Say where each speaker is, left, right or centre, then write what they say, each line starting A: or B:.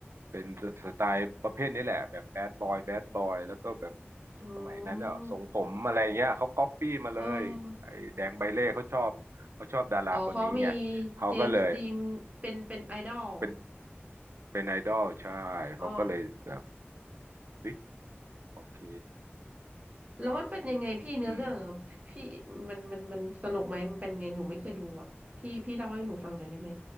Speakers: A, on the right; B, on the right.
A: เป็นสไตล์ประเภทนี้แหละแบบแบดบอยแบดบอยแล้วก็แบบ
B: อ๋อ
A: สมัยนั้นอ่ะทรงผมอะไรเงี้ยเขาก๊อปปี้มาเลยไอ้แดงใบเล่เขาชอบเขาชอบดาราคนนี้ไงเขาก็เลย
B: เอออ๋อเขามีเจมส์ดีนเป็นเป็นไอดอล
A: เป็นเป็นไอดอลใช่เขาก็เลยแบบ
B: อ๋อ
A: เฮ้ยโอเค
B: แล้วมันเป็นยังไงพี่เนื้อเรื่องอ่ะพี่มันมันมันสนุกไหมมันเป็นไงหนูไม่เคยดูอ่ะพี่พี่เล่าให้หนูฟังหน่อยได้ไหม
A: อืม